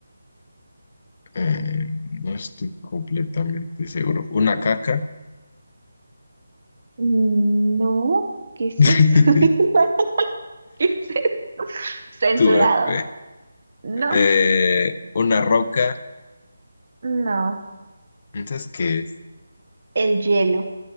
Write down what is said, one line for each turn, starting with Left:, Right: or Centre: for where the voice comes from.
Left: Eh, no estoy completamente seguro. Una caca.
Right: Mm, No, ¿qué es
Left: <laughs>
Right: eso? <laughs> ¿Qué es eso? Censurado.
Left: tuve F.
Right: No,
Left: Eh, una roca.
Right: no.
Left: ¿Entonces qué es?
Right: El hielo.